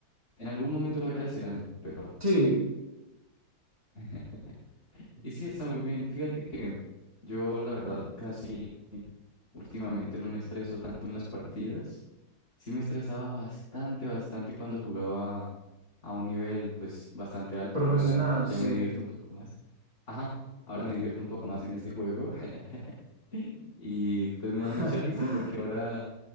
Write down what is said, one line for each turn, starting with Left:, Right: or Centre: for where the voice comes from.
Left: En algún momento lo agradecerán, pero...
Right: Sí,
Left: <laughs> Y sí, está muy bien. Fíjate que yo, la verdad, casi últimamente no me estreso tanto en las partidas. Sí me estresaba bastante, bastante cuando jugaba a un nivel, pues, bastante alto.
Right: profesional,
Left: Ahora ya
Right: sí.
Left: me divierto un poco más. Ajá, ahora me divierto un poco más en este juego. <laughs> Y pues me
Right: <laughs>
Left: da mucha risa porque ahora